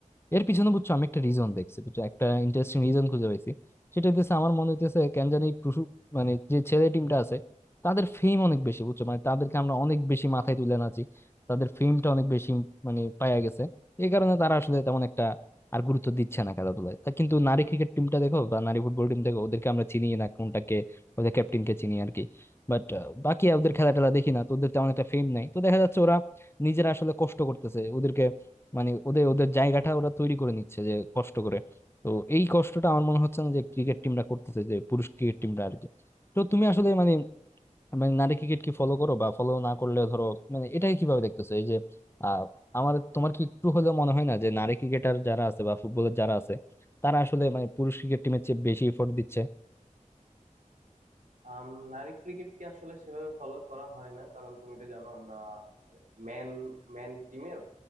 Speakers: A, on the left; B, on the right.
A: এর পিছনে বুঝছো আমি একটা রিজন দেখছি বুঝছো একটা ইন্টারেস্টিং রিজন খুঁজে পাইছি সেটা হইতেছে আমার মনে হইতেছে কেন জানি মানে যে ছেলে টিমটা আছে তাদের ফেম অনেক বেশি বুঝছো মানে তাদেরকে আমরা অনেক বেশি মাথায় তুলে নাচি তাদের ফেমটা অনেক বেশি মানে পায়া গেছে এই কারণে তারা আসলে তেমন একটা আর গুরুত্ব দিচ্ছে না খেলাধুলায় তা কিন্তু নারী ক্রিকেট টিমটা দেখো বা নারী ফুটবল টিম দেখো ওদেরকে আমরা চিনি না কোনটাকে ওদের ক্যাপ্টেনকে চিনি আর কি বাট বাকি ওদের খেলা টেলা দেখি না তো ওদের তেমন একটা ফেম নাই তো দেখা যাচ্ছে ওরা নিজেরা আসলে কষ্ট করতেছে ওদেরকে মানে ওদের ওদের জায়গাটা ওরা তৈরি করে নিচ্ছে যে কষ্ট করে তো এই কষ্টটা আমার মনে হচ্ছে না যে ক্রিকেট টিমটা করতেছে যে পুরুষ ক্রিকেট টিমটা আর কি তো তুমি আসলে মানে মানে নারী ক্রিকেট কি ফলো করো বা ফলো না করলে ধরো মানে এটাকে কিভাবে দেখতেছো এই যে আহ আমার তোমার কি একটু হলেও মনে হয় না যে নারী ক্রিকেটার যারা আছে বা ফুটবলার যারা আছে তারা আসলে মানে পুরুষ ক্রিকেট টিমের চেয়ে বেশি এফোর্ট দিচ্ছে
B: আম, নারী ক্রিকেটকে আসলে সেভাবে ফলো করা হয় না কারণ তুমি তো জানো আমরা ম্যান ম্যান টিমের